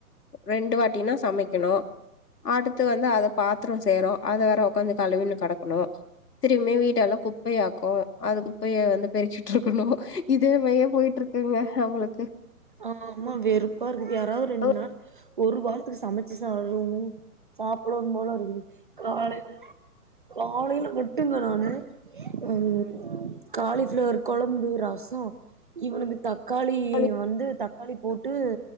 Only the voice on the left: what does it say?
ரெண்டு வட்டின சமைக்கணு ஆட் <unintelligible> பாத்திரோ செய்றோ அத வேற உக்காந்து கழுவின்னு கடக்கணு திருமியு வீட்ட எல்லாம் குப்பையாக்கூ அது குப்பையை வந்து பெருக்கிட்டு இருக்கணு இதுமயே போயிட்டு இருக்குங்க நம்பளுக்கு
ஓ
சேரி